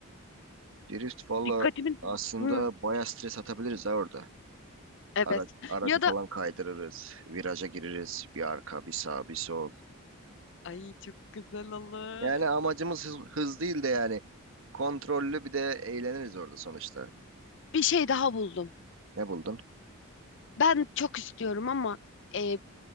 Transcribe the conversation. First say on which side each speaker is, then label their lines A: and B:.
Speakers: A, on the right; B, on the left.
A: Drift valla
B: Dikkatimi...
A: aslında
B: Hı,
A: baya stres atabiliriz ha orada.
B: evet.
A: Ara, aracı
B: Ya
A: falan
B: da...
A: kaydırırız. Viraja gireriz. Bir arka, bir sağ, bir sol.
B: Ay çok güzel olur.
A: Yani amacımız hız, hız değil de yani kontrollü bir de eğleniriz orada sonuçta.
B: Bir şey daha buldum.
A: Ne buldun?
B: Ben çok istiyorum ama e,